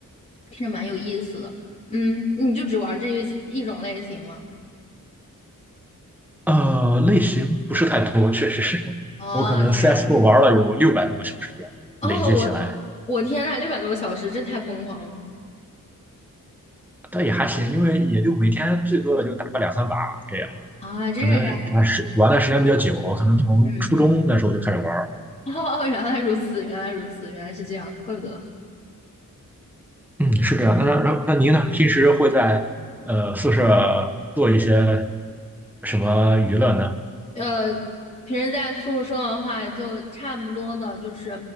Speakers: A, on the left; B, in the centre.
A: 听着蛮有意思的，嗯，你就只玩这一一种类型吗？
B: 呃，类型不是太多，确实是。
A: 哦，
B: 我可能 CS:GO
A: 这样，
B: 玩了有六百多个小时了，
A: 哦，
B: 累计起来。
A: 我我天呐，六百多个小时，真太疯狂了！
B: 但也还行，
A: <laughs>
B: 因为也就每天最多也就打个两三把这样，
A: 啊，这。
B: 可能还是玩的时间比较久，
A: 样。
B: 可能从初中那时候就开始玩
A: 嗯，<laughs> 哦，原来如此，原来如此，原来是这样，怪不得。
B: 嗯，是这样。那那那您呢？平时会在呃宿舍做一些什么娱乐呢？
A: 呃，平时在宿舍的话，就差不多的，就是